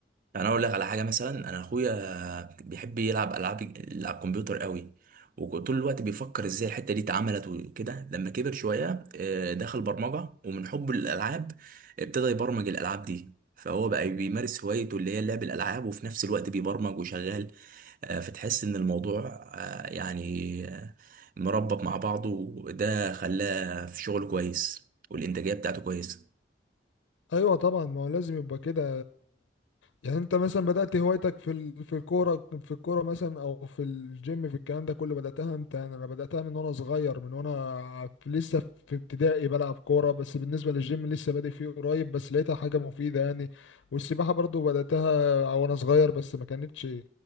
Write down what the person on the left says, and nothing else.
ايوه طبعا ما هو لازم يبقى كده يعني انت مثلا بدأت هوايتك في ال... في الكوره في الكوره مثلا او في الجيم في الكلام ده كله بدأتها امتى يعني انا بدأتها من وانا صغير من وانا في- لسه في ابتدائي بلعب كوره بس بالنسبه للجيم لسه بادئ فيه قريب بس لقيتها حاجه مفيده يعني والسباحه برضو بدأتها وانا صغير بس ما كانتش